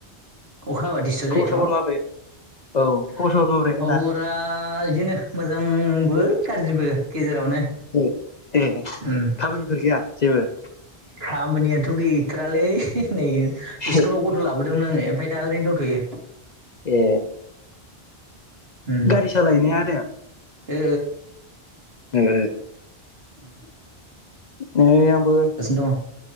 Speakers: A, on the right (about 65°); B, on the left (about 45°).
A: अखा हाबा दिस्टाब
B: खबर
A: जायोथ'
B: सबर माब्रै औ
A: खबर
B: सबर माब्रै आदा
A: फोरा इदिनो मोजांबो गाज्रिबो गेजेरावनो।
B: ए ए
A: उम
B: खामानिफोर गैया जेबो
A: खामानियाथ' गैथ्रालै नै स्कुलाव
B: ए
A: ग थ' लाबोदोंमोन आङो ओमफाय दा ओरैनो दथ'यो।
B: ए
A: उम
B: गारि सालाय हैनाय आरो
A: ओ
B: ओ
A: उम
B: नै आंबो
A: दङ